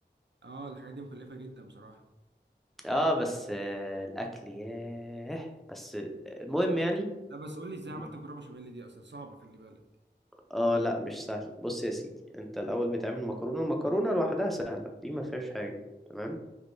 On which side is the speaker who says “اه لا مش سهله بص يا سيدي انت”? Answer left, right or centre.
Centre